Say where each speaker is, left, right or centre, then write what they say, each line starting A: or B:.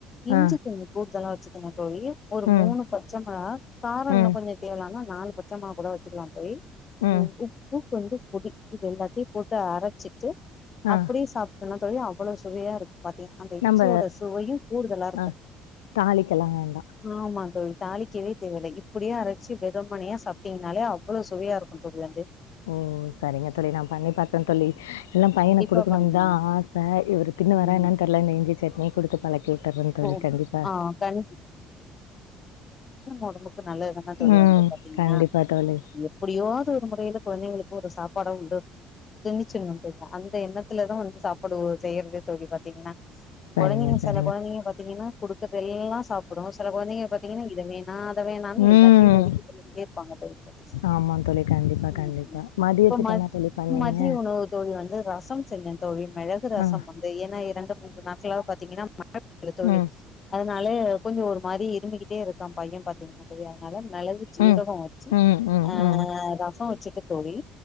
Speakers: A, on the left; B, on the left.
A: இஞ்சி
B: ஆ
A: கொஞ்ஜோ கூடுதலா வச்சுகனு தோழி ஒரு
B: ம்
A: மூனு பச்ச மெளகா காரோ
B: ம்
A: இன்ன கொஞ்சோ தேவலானா நாலு பச்சமொளகா கூட வெ வச்சுக்கலா தோழி
B: ம்
A: உம் உப்பு வந்து புடி இது எல்லா- சுத்தி போட்டு அரச்சிட்டு
B: ஆ
A: அப்டி சாப் என்ன தோழி அவ்ளோ சுவையா இருக் பாத்தீங்க அந்த இஞ்சியோட
B: நம்ப
A: சுவையு கூடுதலா இருக்கும்
B: ஆ தாளிக்கலா வேண்டா
A: ஆமா தோழி தாளிக்கவே தேவயில்ல இப்டியே அரச்சி வெறுமனே சாப்டிங்கனாலே அவ்ளோ சுவையா இருக்கும் தோழி வந்து
B: ஓ செரிங்க தோழி நா பண்ணி பாத்தன் தோழி எல்லாம் பையனுக்கு
A: கண்டிப்பா
B: கொடுக்கணுன்னு
A: பண்ணுங்க
B: தான் ஆச இவரு தின்னு
A: ம்
B: வாரா என்னான்னு தெர்ல இந்த இஞ்சி சட்னி குடுத்து பழக்கி உட்டறன் தோழி
A: ஓ
B: கண்டிப்பா
A: ஆ கண் ஒடம்புக் கு நல்லது தான தோழி
B: ம்
A: வந்து பாத்தீங்கினா
B: கண்டிப்பா தோழி
A: எப்டியோவது ஒரு முறையில கொழந்தைங்களுக்கு ஒரு சாப் படம் உண்டு திந்துருச்சினு தோழி அந்த எண்ணத்துலதா வந்து சாப்பாடு ஓ செய்யறதே தோழி பாத்தீங்கினா
B: சரிங்க
A: கொழந்தைங்க
B: சரிங்க
A: செல கொழந்தைங்க பாத்தீங்கின்னா குடுக்கற்தெல்லா சாப்டும் செல கொழந்தைங்க பாத்தீங்கினா இத வேணா அத வேணானு
B: ம்
A: எல்லாத்தயும் ஒதுக்கி தள்ளிகிட்டே இருப்பாங்க தோழி பாத்துட்டு
B: ஆமா தோழி கண்டிப்பா
A: ம்
B: கண்டிப்பா
A: ம்
B: மதியத்துக்கு
A: இப்போ ம
B: என்ன தோழி பண்ணீங்க
A: மதிய உணவு தோழி வந்து ரசம் செஞ்சேன் தோழி மெளகு ரசம்
B: ஆ
A: வந்து ஏன்னா இறந்த கொஞ்ச நாட்களாவே பாத்தீங்கினா மழ <inaudible> தோழி
B: ம்
A: அத னாலே கொஞ்சம் ஒரு மாரி இருமிகிட்டே இருக்கான் பையன் பாத்தீங்கனா தோழி அதனால மெளகு ஜீரகம்
B: ம்
A: வச்சி
B: ம் ம்
A: ஆ
B: ம்
A: ரசம் வச்சி த்த தோழி